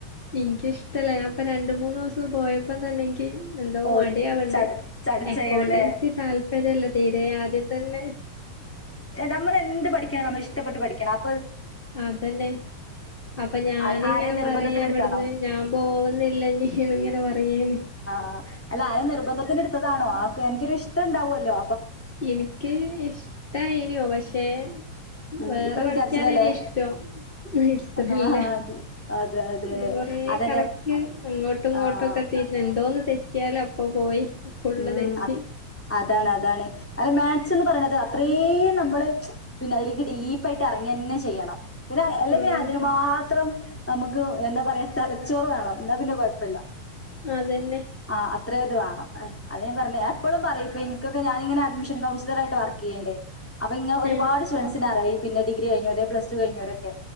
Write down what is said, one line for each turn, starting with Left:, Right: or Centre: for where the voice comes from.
Left: ഇനിക്കിഷ്ടല്ല ഞാൻ ഇപ്പം രണ്ട് മൂന്നുസ് സം പോയപ്പം തന്നെ ഇ ക്ക് എന്തോ
Centre: ഓ
Left: മടിയാവ്ണ്ട്
Centre: ചട ചടച്ചേണല്ലേ
Left: അക്കൗണ്ടൻസി താല്പര്യല്ല തീരെ ആദ്യം തന്നെ
Centre: നമ്മള് എന്ത് പഠിക്കണം നമ്മൾ ഇഷ്ടപ്പെട്ട് പഠിക്കണം അ
Left: അതന്നെ അപ്പൊ ഞാനിങ്ങനെ
Centre: ആ- ആരെ നിർബന്ധത്തിന്
Left: പറയാ അവിടുന്ന്
Centre: എടുത്താണോ
Left: ഞാൻ പോവുന്നില്ലീനി ഇങ്ങനെ പറ റയേനി
Centre: ആ അല്ല ആരെ നിർബന്ധത്തിന് എടുത്തതാണോ ആക്ക് എനിക്കൊര് ഇഷ്ട ഇണ്ടാവുവല്ലോ
Left: ഇനിക്ക് ഇഷ്ടായിനു പക്ഷെ
Centre: ഉം
Left: വേറെ
Centre: ഇത്ര
Left: പഠിക്കാനനി
Centre: വിചാരിച്ചില്ലല്ലേ
Left: ഇഷ്ടം ഇത്രല്ല
Centre: ആഹ് അത് അതെ അതെ
Left: ഇത് കൊറേ
Centre: അതന്നെ
Left: കണക്ക് അങ്ങോട്ടും ഇങ്ങോട്ടും
Centre: ആഹ്
Left: ഒക്കെ എത്തിട്ട് എന്തോന്ന് തെറ്റിയാലപ്പ പോയി ഫുള്ള്
Centre: ഉം
Left: തെറ്റി
Centre: അത് അതാണ് അതാണ് അല മാത്സ് എന്ന് പറയ്ണത് അത്രീം നമ്മള് പിന്നെ അയ്ലേക്ക് ഡീപ്പായിട്ട് എറങ്ങന്നെ ചെയ്യണം. പിന്നെ അല്ലെ
Left: ആഹ്
Centre: പിന്നെ അതിന് മാത്രം നമുക്ക് എന്താ പറയാ തലച്ചോറ് വേണം എന്നാ പിന്നെ കൊഴപ്പല്ല
Left: അതന്നെ
Centre: ആ അത്രേ ത് വാണം ഏഹ് അത് ഞാൻ പറഞ്ഞേ എപ്പളും പറയും ഇപ്പ ഇൻക്കൊക്കെ ഞാനിങ്ങനെ അഡ്മിഷൻ കൗൺസിലറായിട്ട് വർക്കിയ്യെണ്ടേ അപ്പൊ ഇങ്ങ ഒരുപാട്
Left: ഏഹ്
Centre: സ്റ്റുഡൻസിനറിയ് പിന്നെ ഡിഗ്രി കഴിഞ്ഞോരെ പ്ലസ് ടു കഴിഞ്ഞോരൊക്കെ